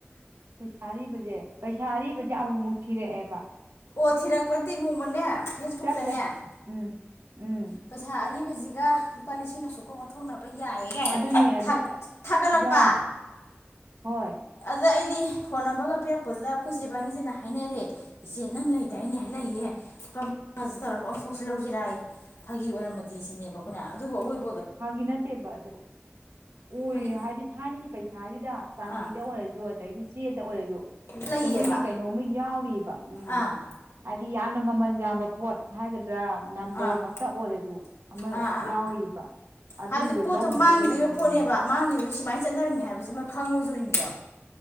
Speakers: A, on the right; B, on the left.
A: ꯄꯩꯁꯥ ꯑꯔꯤꯕꯁꯦ ꯄꯩꯁꯥ ꯑꯔꯤꯕꯁꯦ ꯑꯃꯃꯨꯛ ꯊꯤꯔꯛꯑꯦꯕ
B: ꯑꯣ ꯊꯤꯔꯛꯄ ꯅꯠꯇꯦ ꯅꯣꯡꯃꯅꯦ ꯐꯦꯁꯕꯨꯛꯇꯅꯦ
A: ꯆꯠꯈ꯭ꯔꯦ ꯎꯝ ꯎꯝ
B: ꯄꯩꯁꯥ ꯑꯔꯤꯕ ꯒ ꯂꯨꯄꯥ ꯂꯤꯁꯤꯡ ꯑꯁꯨꯛꯀ ꯑꯣꯟꯊꯣꯛꯅꯕ ꯌꯥꯌꯦ ꯒꯥꯏꯅ
A: ꯑꯗꯨꯅꯦ ꯑꯗꯨ
B: ꯊꯥꯒꯠꯂꯛꯄ
A: ꯌꯥꯎ ꯍꯣꯏ
B: ꯀꯔꯤ ꯐꯣꯟ ꯅꯝꯕ꯭ꯔꯒ ꯄꯤꯔꯛꯄꯗꯨꯗ ꯑꯩꯈꯣꯏ ꯆꯦ ꯏꯕꯥꯟꯅꯤꯁꯤꯅ ꯍꯥꯏꯅꯔꯦ ꯏꯆꯦ ꯅꯪ ꯂꯩꯗꯥꯏꯅ‌ꯦ
A: ꯎꯝ
B: ꯂꯩꯌꯦ ꯂꯨꯄꯥ ꯃꯉꯥꯁꯨ ꯇꯧꯔꯒ ꯑꯣꯟꯊꯣꯛꯁꯤ ꯂꯧꯁꯤꯔꯥꯌ‌ꯦ ꯐꯥꯒꯤ ꯑꯣꯏꯔꯝꯃꯗꯤ ꯁꯤꯅꯦꯕ ꯑꯩꯈꯣꯏꯅ ꯑꯗꯨꯕꯨ ꯑꯩꯈꯣꯏ
A: ꯐꯒꯤ ꯅꯠꯇꯦꯕ ꯑꯗꯣ ꯑꯣꯏ
B: ꯐꯥꯒꯤ
A: ꯍꯥꯏꯗꯤ ꯊꯥꯏꯅꯒꯤ ꯄꯩꯁꯥꯁꯤꯗ ꯆꯥꯟꯗꯤꯗ
B: ꯑꯥ
A: ꯑꯣꯏꯔꯁꯨ ꯑꯗꯒꯤ ꯆꯦ ꯇ ꯑꯣꯏꯔꯁꯨ
B: ꯂꯩꯌꯦꯕ
A: ꯃꯣꯏꯒꯤ ꯀꯩꯅꯣ ꯑꯃ ꯌꯥꯎꯔꯤꯕ ꯎꯝ
B: ꯑꯥ
A: ꯍꯥꯏꯗꯤ ꯌꯥꯝꯅ ꯃꯃꯜ ꯌꯥꯝꯕ ꯄꯣꯠ ꯍꯥꯏꯒꯗ꯭ꯔꯥ ꯅꯝꯕꯔ
B: ꯑꯥ ꯑꯥ
A: ꯃꯛꯇ ꯑꯣꯏꯔꯁꯨ ꯑꯃ
B: ꯑꯥ ꯑꯥ
A: ꯌꯥꯎꯔꯤꯕ ꯑꯗꯨ
B: ꯍꯥꯏꯕꯗꯤ ꯄꯣꯠꯇꯣ
A: ꯂꯧꯅꯕꯒꯤꯗꯃꯛꯇꯅꯦꯕ
B: ꯃꯥꯡꯈꯤꯗꯣꯏꯕ ꯄꯣꯠꯅꯦꯕ ꯃꯥꯡꯈꯤꯕ ꯁꯨꯃꯥꯏꯅ ꯆꯠꯅꯔꯝꯃꯤ ꯍꯥꯏꯕꯁꯤꯃ ꯈꯪꯉꯨꯗꯣꯔꯤꯅꯤꯗꯣ